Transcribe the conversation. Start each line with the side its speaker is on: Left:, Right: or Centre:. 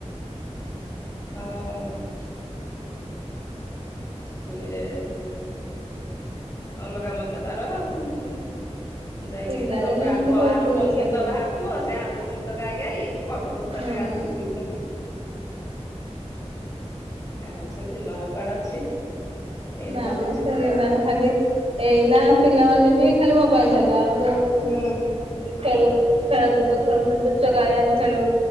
Left: ହଁ। ସିଏ
Right: ହୁଁ।
Left: ଅଲଗା ମଜା ତାର ଆଉ ସେ ଯାଇକି
Right: ପିଲା
Left: ସେତେବେଳକୁ
Right: ଦିନେ ଏମିତି
Left: ଆଲବ
Right: ବହୁତ
Left: ଆଲବମ
Right: କିଛି
Left: ଗୀତ
Right: ଅଛି।
Left: ବାହାର ତୁ ସେ ଆଲବମ୍ ଗୀତ ଗାଇ ଗାଇ ବଧ ପୋଖରରେ
Right: ହୁଁ
Left: ଗାଧଉଥିବୁ।
Right: ହୁଁ
Left: ଆଉ ସେ ଦିନ ଆଉ କୁଆଡ଼େ ଅଛି? ଏଇନୁ
Right: ନା
Left: ଖାଲି
Right: ମ
Left: ଚିନ୍ତା
Right: ସେଇ ନା ଖାଲି ଏଇନା ପିଲାମାନେ ବି ଖାଲି ମୋବାଇଲ ଧଇଲେ। ଆଉ ମତି
Left: ହୁଁ
Right: ଖେଳୁ ଖେଳକୁଦ ଖେଳୁଥିଲୁ ଲୁଚକାଳି ଆମେ ଖେଳୁ।